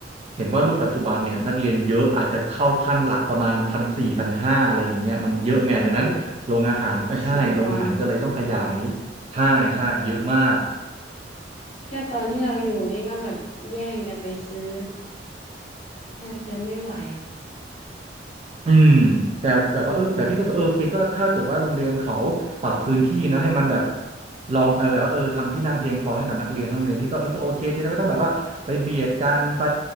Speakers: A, on the right; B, on the left.
A: เห็นว่ารุ่นปัจจุบันเนี่ยนักเรียนเยอะอาจจะเข้าขั้นหลักประมาณพันสี่พันห้าอะไรอย่างเงี้ยมันเยอะไงดังนั้นโรงอาหารเออใช่โรงอาหารก็เลยต้องขยาย
B: โอ้โหสมควร
A: ใช่ใช่เยอะมาก
B: แค่ตอนที่เราอยู่นี่ก็แบบแย่งกันไปซื้อแทบจะไม่ไหว
A: อืมแต่แบบว่าเออแต่พี่ก็รู้สึกเออโอเคก็ถ้าเกิดว่าโรงเรียนเขาปรับพื้นที่เนอะให้มันแบบลองเออแบบว่าเออทำที่นั่งเพียงพอให้กับนักเรียนทั้งโรงเรียนพี่ก็มันก็โอเคจะได้ไม่ต้องแบบว่าไปเบียดกันไป